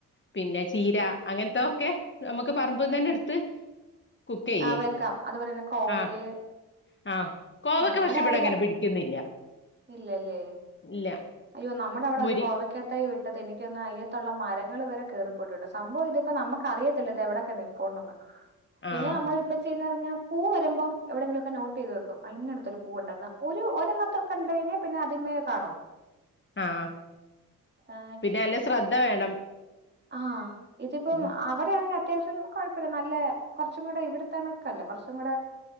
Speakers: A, on the left; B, on the right.
A: പിന്നെ ചീര അങ്ങൻത്തൊക്കെ നമുക്ക് പറമ്പ്ന്നന്നെട്ത്ത് കുക്കെയ്യേ.
B: ആ വെക്കാം അതുപോലെ തന്നെ കോവല്
A: ആഹ് ആഹ് കോവക്ക
B: ഞങ്ങടെ
A: പക്ഷെ ഇവടെങ്ങനെ
B: അവിടെ
A: പിടി ക്കുന്നില്ല
B: ഇല്ലല്ലേ.
A: ഇല്ല
B: അയ്യോ നമ്മടെ അവടെ
A: മുരി
B: ഒര് കോവയ്ക്കാ തൈ വെ ത്തെ തനിക്കൊന്ന് അയ്യത്തുള്ളം മരങ്ങൾ വരെ കേറിപ്പോയിട്ടുണ്ട് സംഭവം ഇതിപ്പോ നമുക്ക് അറിയത്തില്ല ദ എവിടൊക്കെ കൊണ്ടന്ന് പിന്നെ
A: ആഹ്
B: നമ്മള് ഇപ്പ ചെയ്യുന്നർഞ്ഞാ പൂവരുമ്പം എവിടെെങ്കിലൊക്കെ നോട്ട് വെക്കും, അടുത്ത് ഒരു, ഒരു ഒറെന്നൊക്കെക്കണ്ട കഴിഞ്ഞ- പിന്നെ അതിമയെ കാണും.
A: ആഹ
B: ആ,
A: പിന്നെ അല്ല ശ്രദ്ധ വേണം.
B: ആഹ ഇതിപ്പം-
A: ഉം
B: അവവി ആണെങ്കിൽ അത്യാവശ്യം കുഴപ്പമില്ല നല്ല കുറച്ചും കൂടെ, ഇവിടത്തെണൊക്കെല്ലേ കുറച്ചും കൂടെ-